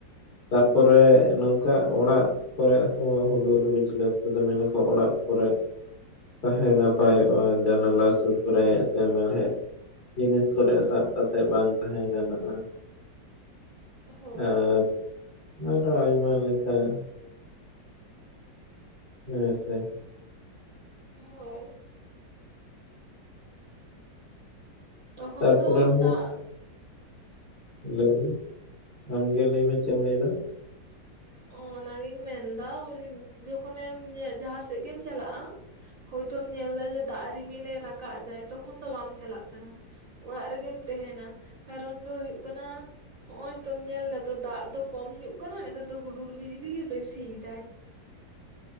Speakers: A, on the left; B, on the right.
A: ᱛᱟᱯᱚᱨᱮ ᱱᱚᱝᱠᱟ ᱚᱲᱟᱜ ᱠᱚᱨᱮ ᱦᱚᱸ ᱦᱩᱰᱩᱨ ᱵᱤᱡᱽᱞᱟᱹ ᱚᱠᱛᱚ ᱫᱚ ᱢᱟᱱᱟ ᱠᱚ ᱚ-ᱚᱲᱟᱜ ᱠᱚᱨᱮ ᱛᱟᱦᱮᱸ ᱱᱟᱯᱟᱭᱚᱜᱼᱟ, ᱡᱟᱱᱟᱞᱟ ᱥᱩᱨ ᱠᱚᱨᱮ ᱥᱮ ᱢᱮᱲᱦᱮᱫ ᱡᱤᱱᱤᱥ ᱠᱚᱨᱮ ᱥᱟᱵ ᱠᱟᱛᱮᱜ ᱵᱟᱝ ᱛᱟᱦᱮᱸ ᱜᱟᱱᱚᱜᱼᱟ ᱾
B: ᱦᱳᱭ
A: ᱟᱨ
B: ᱦᱳᱭ
A: ᱟᱨᱚ ᱟᱭᱢᱟ ᱞᱮᱠᱟ ᱾ ᱦᱮᱸ ᱥᱮ ᱾
B: ᱦᱳᱭ ᱾ ᱛᱚᱠᱷᱚᱱ
A: ᱛᱟᱨᱯᱚᱨᱮ
B: ᱫᱚ
A: ᱱᱟᱜ
B: ᱫᱟᱜ
A: ᱞᱟᱹᱭ ᱢᱮ ᱟᱢᱜᱮ ᱞᱟᱹᱭ ᱢᱮ ᱪᱮᱜ ᱮᱢ ᱞᱟᱹᱭ ᱫᱟ?
B: ᱚ-ᱚᱱᱟᱜᱤᱧ ᱢᱮᱱᱫᱟ ᱵᱚᱞᱮ ᱡᱚᱠᱷᱚᱱ ᱮᱢ ᱡᱟᱦᱟᱸ ᱥᱮᱜ ᱜᱮᱢ ᱪᱟᱞᱟᱜᱼᱟ ᱾ ᱦᱳᱭᱛᱚᱢ ᱧᱮᱞ ᱫᱟ ᱡᱮ ᱫᱟᱜ ᱨᱤᱢᱤᱞ ᱮ ᱨᱟᱠᱟᱵ ᱮᱫᱟᱭ ᱛᱚᱠᱷᱚᱱ ᱫᱚ ᱵᱟᱢ ᱪᱟᱞᱟᱜ ᱠᱟᱱᱟ ᱾ ᱚᱲᱟᱜ ᱨᱮᱜᱮᱢ ᱛᱟᱦᱮᱸᱱᱟ ᱠᱟᱨᱚᱱ ᱫᱚ ᱦᱩᱭᱩᱜ ᱠᱟᱱᱟ ᱦᱚᱜ-ᱚᱭ ᱛᱚᱢ ᱧᱮᱞ ᱫᱟ ᱛᱚ ᱫᱟᱜ ᱫᱚ ᱠᱚᱢ ᱦᱩᱭᱩᱜ ᱠᱟᱱᱟ ᱱᱮᱛᱟᱨ ᱫᱚ ᱦᱩᱲᱩᱨ ᱵᱤᱡᱽᱞᱤ ᱜᱮ ᱵᱮᱥᱤᱭᱮᱫᱟᱭ ᱾